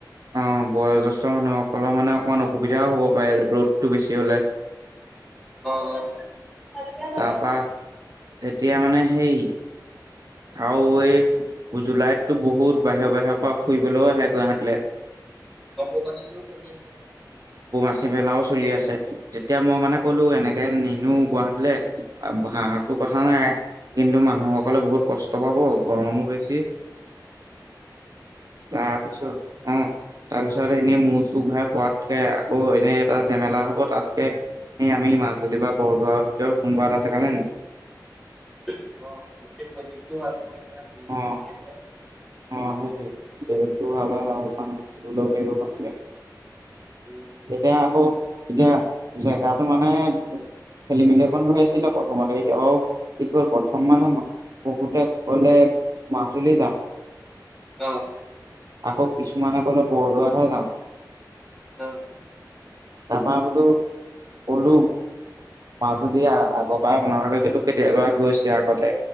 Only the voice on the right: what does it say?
অ বয়োজ্যেষ্ঠ মানুহসকলৰ মানে অকমান অসুবিধাও হ'ব পাৰে ৰ'দটো বেছি হ'লে।
তাৰপা তেতিয়া মানে সেই আৰু এই জুলাইততো বহুত বাহিৰ বাহিৰৰ পৰা ফুৰিবলৈও আহে গুৱাহাটীলৈ
বাচী মেলাও চলি আছে তেতিয়া মই মানে কলো এনেকে নিনো গুৱাহাটীলে আ হাহাটো
কথা নাই কিন্তু মানুহসকলে বহুত কষ্ট পাব গৰমো বেছি তাৰপিছত
অ তাৰপিছত এনেই মূৰ চু ঘূৰাই পোৱাতকে আকৌ এনেই এটা জেমেলা হব, তাতকে এ আমি মাজলী বা বৰদোৱাৰ ভিতৰত কোনোবা এটা জেকা নহয় নি।
অ
অ হয় দিয়ক পৰিৱেশ টো ভাল হয় বাৰু শুবলো পাৰিব ভালকে।
এতিয়া আকৌ এতিয়া জেগাটো মানে, খেলি মেলি অকণ হৈ আছিলে প্ৰথমতে এতিয়াবাও কি কল প্ৰথম মানে, বহুতে কলে মাজুলী যাম।
আকৌ কিছুমানে কলে বৰদোৱাহে যাম।
তাৰপা বুলো, কলো মাজুলি দি আগৰ পৰা আপোনালোকে কেতিয়াবা গৈছে আগতে।